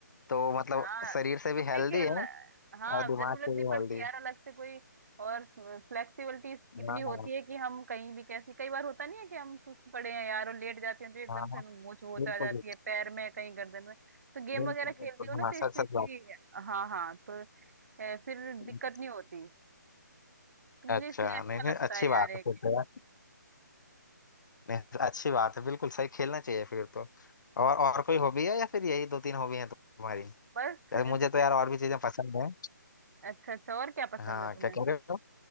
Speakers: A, on the left; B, on the right.
A: तो मतलब
B: हाँ
A: शरीर से
B: तुम
A: भी हेल्दी
B: भी खेलना
A: है और
B: हाँ
A: दिमाग
B: जरूरत
A: से
B: नहीं
A: भी
B: पड़ती
A: हेल्दी
B: यार अलग से कोई और फ्लेक्सिबिलिटी इतनी
A: हाँ
B: होती है कि हम कहीं भी कैसी कई बार होता नहीं है कि हम सुस्त पड़े हैं यार और लेट जाते हैं तो एकदम
A: हाँ
B: से
A: हाँ
B: हमें मोच वोच
A: बिल्कुल
B: आ जाती है पैर में कहीं गर्दन में तो गेम
A: बिल्कुल
B: वगैरह
A: बिल्कुल
B: खेलती हो ना
A: हाँ
B: तो इस
A: सच
B: चीज
A: सच बात
B: की हाँ हाँ तो अ, फिर
A: है।
B: दिक्कत नहीं होती तो
A: अच्छा
B: मुझे इसलिए अच्छा
A: नहीं नहीं
B: लगता
A: अच्छी
B: है
A: बात
B: यार ये
A: है
B: game।
A: फिर तो यार नहीं अच्छी बात है बिल्कुल सही खेलना चाहिए फिर तो और और कोई हॉबी है या फिर यही दो तीन हॉबी है तुम्हारी
B: बस
A: यार
B: अ,
A: मुझे तो यार और भी चीजें पसंद है
B: अच्छा अच्छा और क्या पसंद
A: हाँ
B: है तुम्हें
A: क्या कह रहे हो